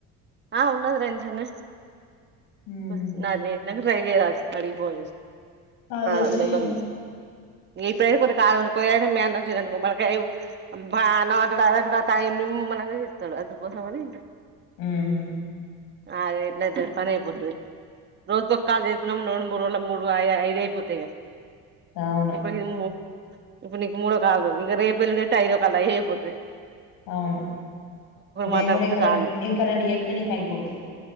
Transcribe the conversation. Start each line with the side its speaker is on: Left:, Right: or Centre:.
Right: ఆ ఉన్నది రెంట్లనే
Left: ఉహు
Right: హ నాదే నాక్ ట్రై చేయాల్సి అడిగి ఫోన్ చేసి
Left: అదాల్స్
Right: అది
Left: చేయను
Right: నెంబర్ ఉంది ఇప్పుడైతే కొది కాలిగున్న కొది అయితే మీ అన్న అచ్చిడనుకొ మల్ల కైవు బా అన్నం అంటడు అందంటడు అది టైమ్మిమ్ నిమ్మలంగ చెత్తడు అందుకోసమని
Left: ఊహు
Right: అది ఎట్ల అయితది పని అయిపోతది రోజుకో కాల్ చేసుకుందాం రోండ్ మూడు రోల్ల మూడు వాయే ఐద అయిపోతాయి గా
Left: అవును
Right: ఇప్పుడు ఇమ్ము ఇప్పుడు నీకు మూడో కాల్లు ఇంక రేపు ఎల్లుండి చేతే ఐదో కల్లు అయే పోతయి
Left: అవును నేను
Right: మాట్లాడుకుంటే
Left: కూడా ఇంకా
Right: చాలు
Left: రెండు ఇంకా రెండు చెత్ ఎత్తనికి అయిపోతాయి